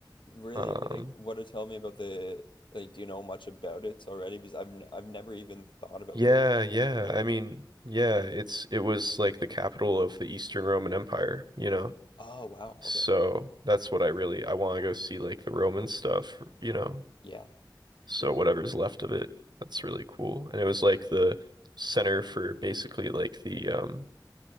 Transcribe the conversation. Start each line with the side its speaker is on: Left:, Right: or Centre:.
Left: Really,
Right: Um,
Left: like what to tell me about the like. Do you know much about it already? Because I've n- I've never even thought about
Right: yeah,
Left: business.
Right: yeah.
Left: school.
Right: I mean, yeah, it's it was like the capital of the Eastern Roman Empire, you know.
Left: Oh wow.
Right: So
Left: Okay.
Right: that's what I really I want to go see like the Roman stuff, you know,
Left: Yeah.
Right: So
Left: Yeah.
Right: whatever's left of it, that's really cool. And it was like the center for basically like the um